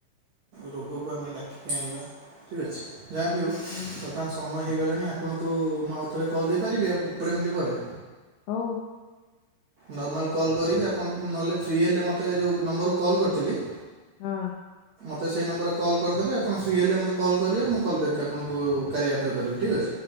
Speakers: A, on the right; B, on the left.
A: ରୋଗକୁ ଆମେ ଡାକି କି ଆଣିବା ଠିକ୍ ଅଛି ଯାହା ବିି ହଉ।
B: ହୁଁ।
A: ବର୍ତମାନ୍ ସମୟ ହେଇଗଲାଣି ଆପଣଙ୍କୁ ମୁଁ ଆଉଥରେ କଲ୍ ଦେଇପାରିବି ଆଉ କୋଡ଼ିଏ ମିନିଟ୍ ପରେ?
B: ହଉ।
A: ନର୍ମାଲ୍ କଲ୍ କରିବି ଆପଣ ନହେଲେ ଫ୍ରି ହେଲେ ମତେ ଯୋଉ ନମ୍ବରରୁ କଲ୍ କରିଥିଲି।
B: ହଁ।
A: ତ ସେଇ ନମ୍ବରରେ କଲ୍ କରିଦେବେ ଆପଣ ଫ୍ରି ହେଲେ ମୋତେ କଲ୍ କରିବେ ମୁଁ କଲ୍ ବ୍ୟାକ୍ ଆପଣଙ୍କୁ କାରିଆ ଆପ୍ ରେ କରିବି ଠିକ୍ ଅଛି।